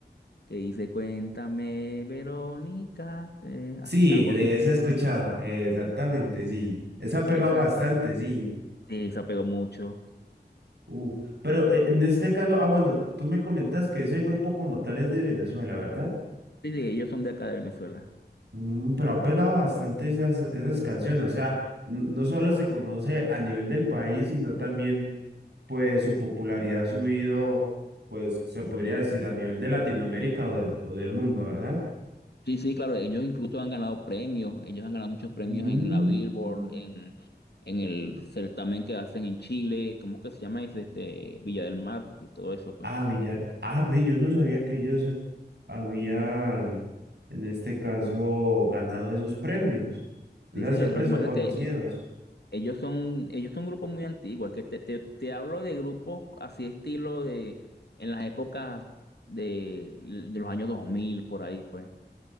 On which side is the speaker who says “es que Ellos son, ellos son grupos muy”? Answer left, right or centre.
Left